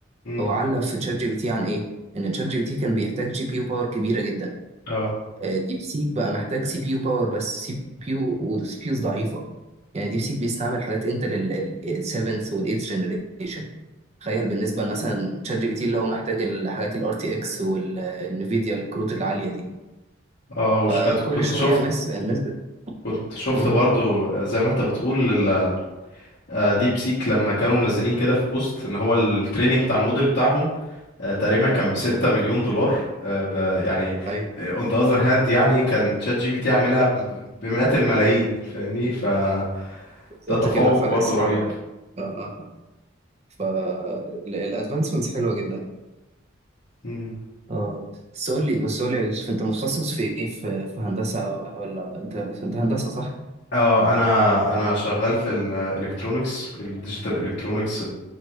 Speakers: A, on the left; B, on the right.
A: امم
B: هو علق في تشات جي بي تي عن ايه؟ ان تشات جي بي تي كان بيحتاج جي بي يو باور كبيرة جدا
A: اه
B: آه، ديب سيك بقى محتاج سي بي يو باور بس سي بي يو والسي بي يوز ضعيفة يعني ديب سيك بيستعمل حاجات انتل ال 7th وال 8th generation تخيل بالنسبه مثلا تشات جي بي تي اللي هو محتاج الحاجات الار تي اكس والانفيديا الكروت العاليه دي
A: اه وش
B: فكل
A: كت- كنت
B: شويه
A: شفت
B: الناس الناس ب...
A: كنت شفت
B: مم.
A: برضو آه، زي ما انت بتقول ال- آه، ديب سيك لما كانوا منزلين كده في بوست ان هو التريننج بتاع الموديل بتاعهم آه، تقريبا كان ب 6 مليون دولار آه، ب- يعني
B: ايوه
A: اون ذا اذر هاند يعني كان تشات جي بي تي عاملها ب- بمئات الملايين فاهمني فده
B: بالظبط
A: تفوق
B: كده فرق
A: برضو
B: السعر
A: رهيب
B: اه اه آه. فالادفانسمنتس حلوه جدا
A: مم.
B: اه بس قول لي بس قول لي يا يوسف انت متخصص في ايه في, في هندسه ولا انت انت هندسه صح؟
A: اه انا انا شغال في الالكترونكس الديجيتال الكترونكس